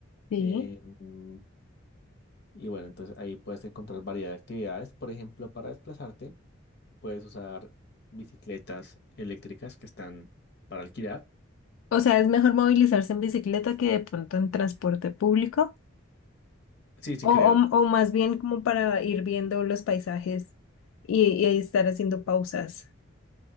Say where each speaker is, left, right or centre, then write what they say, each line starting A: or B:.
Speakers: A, on the left; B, on the left.
A: Sí.
B: Em, y bueno, entonces ahí puedes encontrar variedad de actividades. Por ejemplo, para desplazarte. Puedes usar bicicletas eléctricas que están para alquilar.
A: O sea, es mejor movilizarse en bicicleta que de pronto en transporte público.
B: Sí, sí,
A: O,
B: creo.
A: o, o más bien como para ir viendo los paisajes y, y ahí estar haciendo pausas.